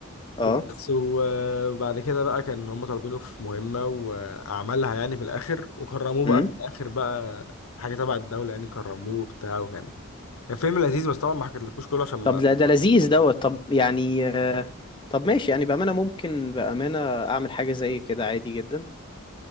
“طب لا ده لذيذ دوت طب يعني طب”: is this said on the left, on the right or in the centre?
Left